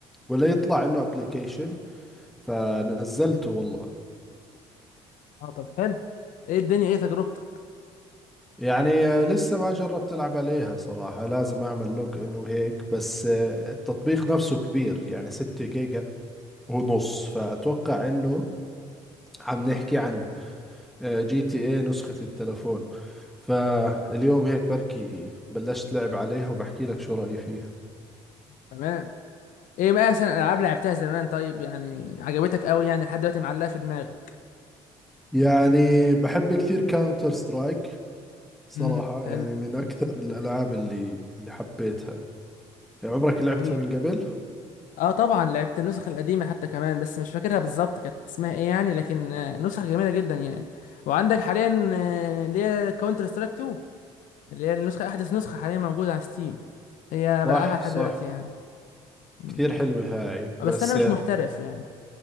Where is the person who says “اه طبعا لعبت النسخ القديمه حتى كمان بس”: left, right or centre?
Left